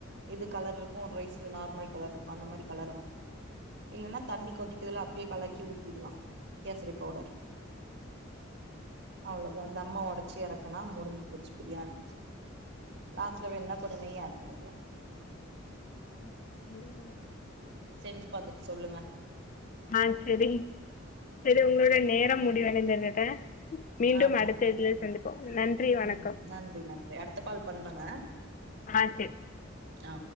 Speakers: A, on the right; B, on the left.
A: இது கலர் இருக்கு ரைஸ்ல நார்மல் கலர் இருக்கு அந்த மாரி கலருதா இல்லனா தண்ணி கொதிக் குதுல அப்படியே கலாக்கி ஊத்திடலா கேசரி பவுடர் அவ்ளோதா தம்ம உடைச்சி இறக்குனா முடிஞ்சு போச்சு பிரியாணி லாஸ்ட்ல வேணும்னா கொஞ்சோ நெய்ய ஆட் பண்ணிகலா
B: ம் ஏழ்ற
A: செஞ்சு பாத்துட்டு சொல்லுங்க
B: ஆ சேரி சேரி உங்களோட நேரம் முடிவடைந்ததுக்கா மீண்டும்
A: ஆமா
B: அடுத்த இ்தல சந்திப்போ நன்றி வணக்கம்
A: ம் நன்றி அடுத்த கால் பண்றங்க
B: ஆ சேரி
A: ஆ